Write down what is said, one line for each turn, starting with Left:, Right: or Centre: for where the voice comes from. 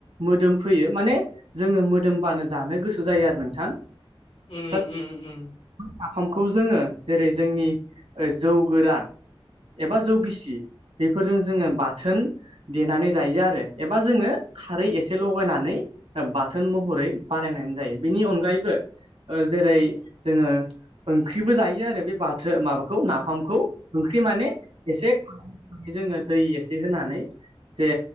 Right: मोदोम फैयो माने जोङो मोदोमबानो जानो गोसो जायो आरो नोंथां।
Left: ओम
Right: दा
Left: ओम ओम।
Right: नाफामखौ जोङो जेरै जोंनि जौ गोरान एबा जौ गिसि बेफोरजों जोङो बाथोन देनानै जायो आरो। एबा जोङो खारै एसे लगायनानै बाथोन महरै बानायनानै जायो। बेनि अनगायैबो जेरै जोङो ओंख्रिबो जायो आरो बे बाथो माबाखौ नाफामखौ। ओंख्रि माने एसे जोङो दै एसे होनानै जे